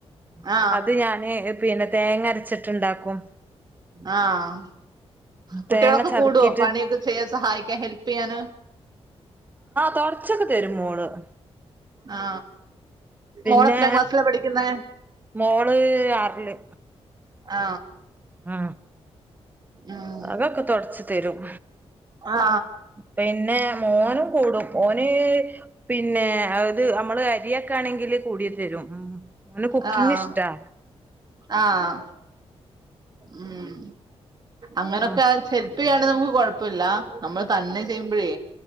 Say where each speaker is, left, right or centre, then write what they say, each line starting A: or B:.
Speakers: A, on the right; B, on the right.
A: ആ
B: അത് ഞാന് പിന്നെ തേങ്ങ രച്ചിട്ടുണ്ടാക്കും
A: ആഹ കുട്ടികളൊക്കെ
B: തേങ്ങ ചതക്കിട്ട്
A: കൂടുവോ പണിയൊക്കെ ചെയ്യാൻ സഹായിക്കാൻ ഹെൽപ് ചെയ്യാന്
B: തൊടച്ചൊക്കെ തരും മോള് ആ
A: ആ
B: പിന്നെ
A: മോള് എത്രാം ക്ലാസ്സിലാ പഠിക്കുന്നേ
B: മോള് ആറില്
A: ആ
B: ആ
A: ഉം
B: അകവൊക്കെ തുടച്ച് തരും
A: ആ
B: പിന്നെ മോനും കൂടും ഓന് പിന്നെ അത് നമ്മള് അരിയൊക്കെ ആണെങ്കിൽ കൂടി തരും ഉം ഓന് കുക്കിങ്
A: ആഹ്
B: ഇഷ്ടാ
A: ആഹ് ഉം അങ്ങനൊക്കെ
B: ആ
A: അനുസരി ഇപ്പെയാണ് നമുക്ക് കൊഴപ്പോല്ല നമ്മള് തന്നെ ചെയ്യുമ്പഴേ